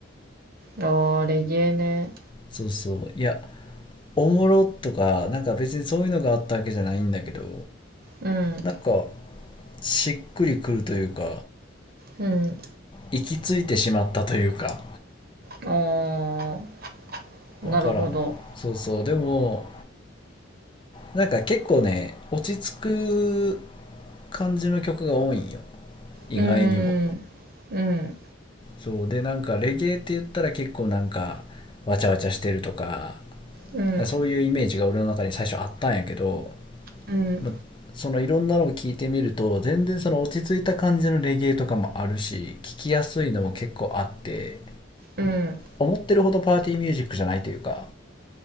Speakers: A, on the right; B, on the left.
A: あー、レゲエね。
B: そうそういやおもろとかなんか別にそういうのがあったわけじゃないんだけど
A: うん、
B: なんかしっくりくるというか
A: うん。
B: 行き着いてしまったというか
A: あー、なるほど。
B: 分からんそうそうでもなんか結構ね落ち着く感じの曲が多いんよ意外にも
A: うん、うん、
B: そうでなんかレゲエって言ったら結構なんかわちゃわちゃしてるとか
A: うん、
B: そういうイメージが俺の中に最初あったんやけど、
A: うん、
B: ま、そのいろんなのを聞いてみると全然その落ち着いた感じのレゲエとかもあるし聞きやすいのも結構あって
A: うん。
B: 思ってるほどパーティーミュージックじゃないというか